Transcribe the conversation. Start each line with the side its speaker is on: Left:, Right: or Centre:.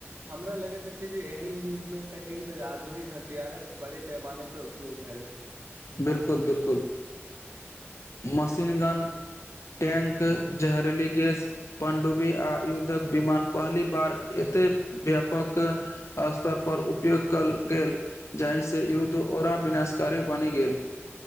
Right: हमरा लगैत अछि जे एहि युद्धमे पहिल बेर आधुनिक हथियारक बड़े पैमानेप उपयोग भेल
Left: बिलकुल बिलकुल मशीनगन टैंक जहरीली गेस पणडुबी आ युद्धक विमान पहली बार एते व्यापक अस्तर पर उपयोग कयल गेल जहि से युद्ध ओरा विनाशकारी बनि गेल